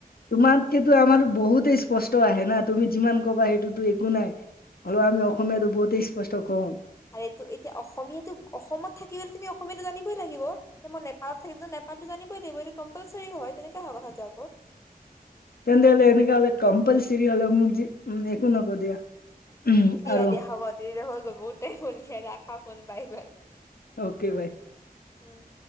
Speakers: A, on the left (about 75°); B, on the left (about 20°).
A: তোমাতকেটো আমাৰ বহুতেই স্পষ্ট আহে না তুমি যিমান ক'বা সেইটোতো একো নাই হলেও আমি অসমীয়াতো বহুতেই স্পষ্ট কওঁ।
B: আৰু এইটো এতিয়া অসমীয়াটো অসমত থাকিবলৈ তুমি অসমীয়াটো জানিবই লাগিব ন', এতিয়া মই নেপালত থাকিম তো নেপ পালীটো জানিবই লাগিব এইটো কম্পালচাৰি হয়, তেনেকা হয় কথাটো আকৌ।
A: তেন্তে হলে এনেকা হলে কম্পালচৰি হলে মোক যি একো নকও দিয়া। উম,
B: দিয়া
A: আৰু
B: দিয়া হ'ব তেতিয়া হৈ গল বহুত টাইম হৈ গলগে ৰাখা phone bye bye.
A: Okay bye.
B: উম।